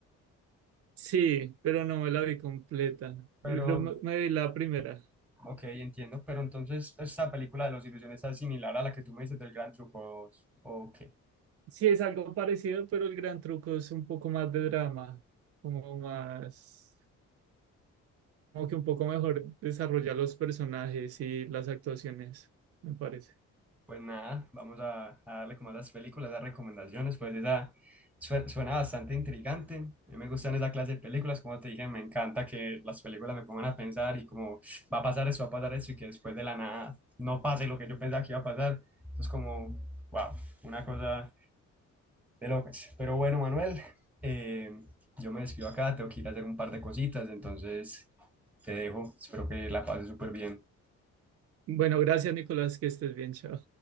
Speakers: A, on the right (about 50°); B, in the centre.
A: Sí, pero no me la vi completa.
B: Pero,
A: Creo que me me vi la primera.
B: ok, entiendo. Pero entonces, ¿esta película de Los Ilusionistas es similar a la que tú me dices del gran truco? Ok.
A: Sí, es algo parecido, pero el gran truco es un poco más de drama, como más, como que un poco mejor desarrollar los personajes y las actuaciones, me parece.
B: Pues nada, vamos a, a darle como a las películas, a las recomendaciones, pues esa sue- suena bastante intrigante. A mí me gustan esa clase de películas, como te dije, me encanta que las películas me pongan a pensar y como va a pasar eso, va a pasar eso y que después de la nada no pase lo que yo pensaba que iba a pasar. Entonces como, wow, una cosa de locas. Pero bueno, Manuel, eh, yo me despido acá, tengo que ir a hacer un par de cositas, entonces te dejo, espero que la pases súper bien.
A: Bueno, gracias, Nicolás, que estés bien, chao.